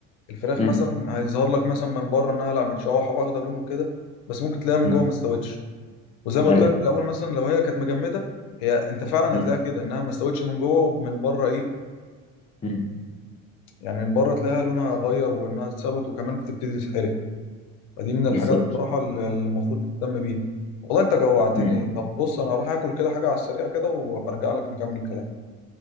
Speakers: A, on the left (about 70°); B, on the left (about 20°).
A: الفراخ
B: مم.
A: مثلا هيظهر لك مثلا من بره انها لا متشوحه واخده لون وكده بس ممكن تلاقيها من
B: مم.
A: جوه ما استوتش وزي ما
B: ايوه
A: قلت لك في الاول مثلا لو هي كانت مجمده هي انت فعلا
B: مم.
A: هتلاقيها كده انها ما استوتش من جوه ومن بره ايه
B: مم.
A: يعني من بره تلاقيها لونها غير وانها اتسوت وكمان بتبتدي تتحرق فدي من الحاجات
B: بالظبط
A: بصراحه اللي المفروض تهتم بيها والله انت جوعتني
B: مم.
A: طب بص انا هروح اكل كده حاجه على السريع كده وبرجع لك نكمل كلام